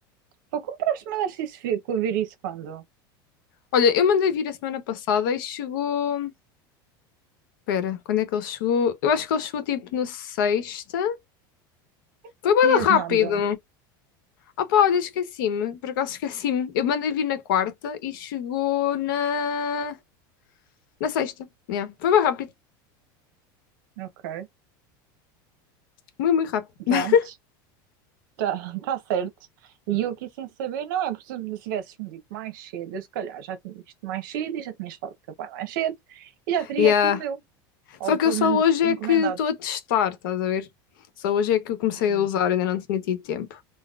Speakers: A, on the right; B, on the left.
A: Pô, compraste, mandaste isso vir, com ouvir isso quando? Não
B: Olha, eu mandei vir a semana passada e chegou. Espera, quando é que ele chegou? Eu acho que ele chegou tipo na sexta. Foi
A: dizias
B: bem rápido.
A: nada.
B: Opa, olha, esqueci-me. Por acaso esqueci-me. Eu mandei vir na quarta e chegou na, na sexta. Yeah. Foi bem rápido.
A: Ok,
B: Muito, muito rápido. <laughs>
A: pronto, tá, <laughs> tá certo. E eu aqui sem saber, não é porque se tivesses-me dito mais cedo, eu se calhar já tinha visto mais cedo e já tinhas falado com o teu pai mais cedo e já teria
B: Yeah.
A: aqui o meu, ou
B: Só que
A: pelo
B: eu só
A: menos
B: hoje
A: encomendado.
B: é que estou a testar, estás a ver? Só hoje é que eu comecei
A: Hum.
B: a usar, ainda não tinha tido tempo.